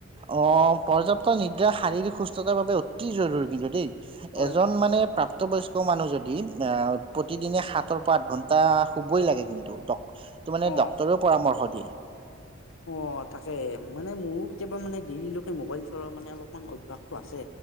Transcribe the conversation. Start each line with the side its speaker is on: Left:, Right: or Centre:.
Right: অ পৰ্যাপ্ত নিদ্ৰা শাৰীৰিক সুস্থতাৰ বাবে অতি জৰুৰী কিন্তু দেই
Left: হয়
Right: এজন
Left: হয়
Right: মানে প্ৰাপ ত বয়খষ্ট মানুহ যদি প্ৰতিদিনে সাতৰ পৰা আঠ ঘণ্টা শুবই লাগে কিন্তু ত মানে
Left: অ
Right: ডক্টৰেও পৰামৰ্শ দিয়ে
Left: অ তাকে মানে মোৰো কেতিয়াবা মানে দেৰিলৈকে মোবাইল চলোৱা মানে অলপমান অভ্যাসটো আছে